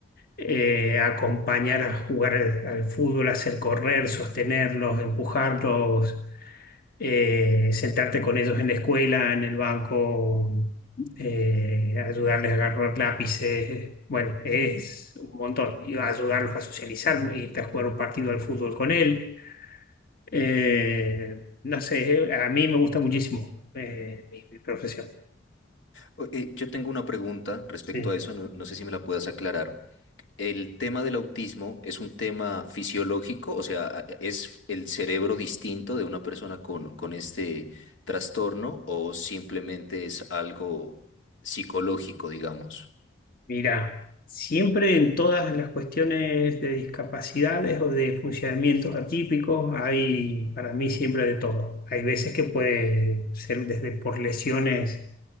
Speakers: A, on the left (about 50°); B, on the left (about 75°).
A: eh, acompañar a jugar al fútbol, hacer correr, sostenerlos, empujarlos eh, sentarte con ellos en la escuela, en el banco, eh, ayudarles a agarrar lápices, bueno, es un montón. Y ayudarlos a socializar, irte a jugar un partido al fútbol con él. Eh, no sé, a mí me gusta muchísimo eh, mi, mi profesión.
B: O- eh, yo tengo una pregunta respecto
A: Sí.
B: a eso, no, no sé si me la puedas aclarar. ¿El tema del autismo es un tema fisiológico? O sea, a- ¿es el cerebro distinto de una persona con, con este trastorno o simplemente es algo psicológico, digamos?
A: Mira, siempre en todas las cuestiones de discapacidades o de funcionamientos atípicos hay para mí siempre de todo. Hay veces que puede ser desde por lesiones